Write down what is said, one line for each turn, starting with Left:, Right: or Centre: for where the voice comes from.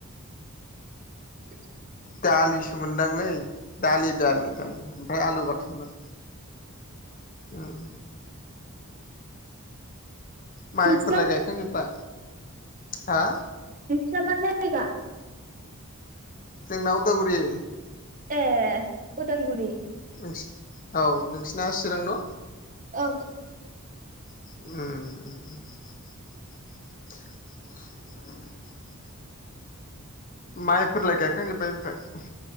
Right: <inaudible>
Left: दालिसो मोनदांलै दालि दालि दालि ओमफ्राय आलु बाथोनमोन। उम। माइफोरलाय
Right: <unintelligible>
Left: गायखांजोब्बाय हा
Right: जायगा
Left: जोंना उदालगुरि।
Right: ए अदालगुरि।
Left: नोंसि औ नोंसिना चिरां न'।
Right: औ
Left: उम। माइफोरालाय गायखांजोबबाय ओमफ्राय?